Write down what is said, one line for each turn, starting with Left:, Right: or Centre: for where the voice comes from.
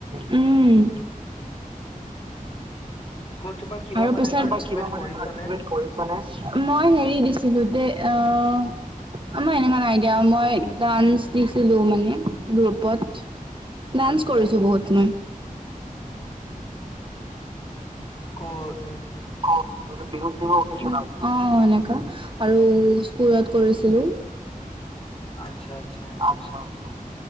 Right: উম।
Left: ক'তো বা কিবা
Right: মই হেৰি
Left: মানে পাৰ্টিচিপেট কৰিছা নে
Right: দিছিলো দে আ আমাৰ এনেুৱা নাই দিয়া মই ডান্স দিছিলো মানে গ্ৰুপত। ডান্স
Left: আচ্ছা
Right: কৰিছো বহুত মই।
Left: কত?
Right: অ' কিন্তু বিহু চিহু অকেছু নয়। অ' এনেকা আৰু স্কুলত কৰিছিলো।
Left: আচ্ছা আচ্ছা
Right: আত্ছা আচ্ছা।